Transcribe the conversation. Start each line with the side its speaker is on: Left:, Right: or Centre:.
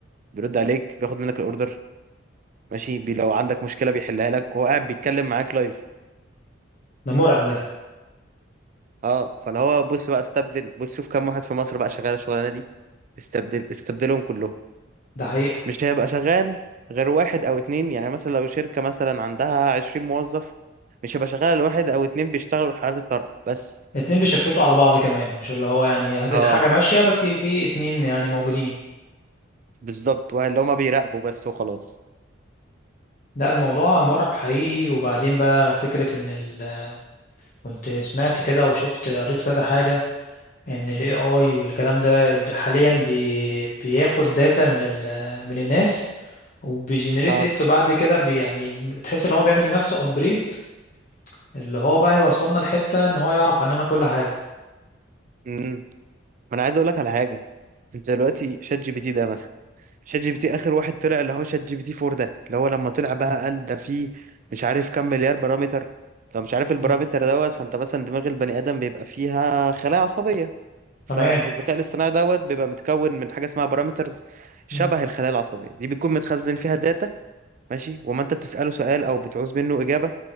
Right: بيرد عليك بياخد منك الاوردر ماشي بي لو عندك مشكله بيحلها لك وهو قاعد بيتكلم معاك لايف
Left: ده مرعب ده
Right: اه فاللي هو بص بقى استبدل بص شوف كام واحد في مصر بقى شغال الشغلانه دي استبدل استبدلهم كلهم
Left: ده حقيقة
Right: مش هيبقى شغال غير واحد او اتنين يعني مثلا لو شركة مثلا عندها عشرين موظف مش هيبقى شغال غير واحد او اتنين بيشتغلوا حالات الطارئة بس
Left: اتنين بيشفتوا على بعض كمان مش اللي هو يعني هت-
Right: اه
Left: حاجة ماشية بس في اتنين يعني موجودين
Right: بالظبط واحد اللي هما بيراقبوا بس وخلاص
Left: ده الموضوع مرعب حقيقي وبعدين بقى فكرة ان ال... كنت سمعت كده وشفت قريت كذا حاجة ان ال AI والكلام ده ده حاليا بي... بياخد داتا من ال... من الناس وبيجنريت
Right: اه
Left: ات وبعد كده بي... يعني تحس ان هو بيعمل لنفسه ابجريد اللي هو بقى يوصلنا لحتة ان هو يعرف عننا كل حاجة
Right: امم ما انا عايز اقول لك على حاجة انت دلوقتي شات جي بي تي ده مثلا شات جي بي تي اخر واحد طلع اللي هو شات جي بي تي 4 ده اللي هو لما طلع بقى
Left: مم.
Right: قال ده فيه مش عارف كام مليار بارامتر فمش عارف البارامتر
Left: مم.
Right: دوت فانت مثلا دماغ البني ادم بيبقى فيها خلايا عصبية فالذكاء
Left: تمام
Right: الاصطناعي دوت بيبقى متكون من حاجه اسمها بارامترز شبه
Left: مم.
Right: الخلايا العصبيه دي بتكون متخزن فيها داتا ماشي وما انت بتساله سؤال او بتعوز منه اجابه